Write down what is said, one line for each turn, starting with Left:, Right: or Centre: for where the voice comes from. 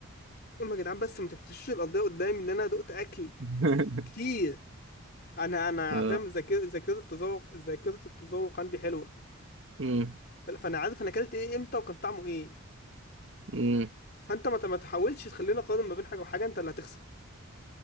Left: اما يا جدعان بس ما تفرشوش القضيه قدامي ان انا دقت اكل
Right: <laughs>
Left: كتير انا انا
Right: اه
Left: فاهم ذاكره ذاكره التذوق ذاكره التذوق عندي حلوه
Right: امم
Left: ف- فانا عارف انا اكلت ايه امتى وكان طعمه ايه
Right: امم
Left: فانت ما ت- ما تحاولش تخليني اقارن ما بين حاجه وحاجه انت اللي هتخسر